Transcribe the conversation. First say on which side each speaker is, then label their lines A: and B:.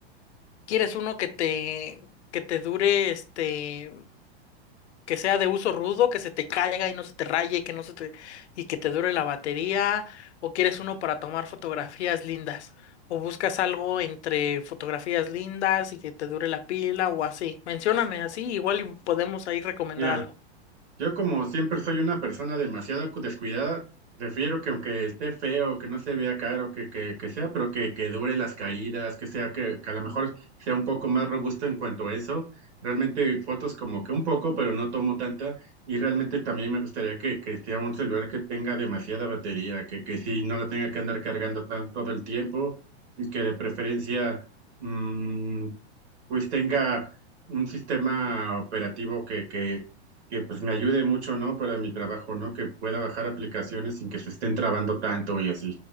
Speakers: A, on the left (about 80°); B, on the right (about 75°).
A: ¿Quieres uno que te, que te dure, este, que sea de uso rudo, que se te caiga y no se te raye, que no se te, y que te dure la batería? ¿O quieres uno para tomar fotografías lindas? ¿O buscas algo entre fotografías lindas y que te dure la pila o así? Mencióname así, igual y podemos ahí recomendar
B: Mira,
A: algo.
B: Yo como siempre soy una persona demasiado cu- descuidada, prefiero que aunque esté feo, que no se vea caro, que, que, que sea, pero que, que dure las caídas, que sea que, que a lo mejor sea un poco más robusto en cuanto a eso. Realmente fotos como que un poco, pero no tomo tanta. Y realmente también me gustaría que, que sea un celular que tenga demasiada batería, que, que sí no la tenga que andar cargando tan, todo el tiempo y que de preferencia... mm, pues tenga un sistema operativo que, que, que pues me ayude mucho, ¿no? Para mi trabajo, ¿no? Que pueda bajar aplicaciones sin que se estén trabando tanto y así.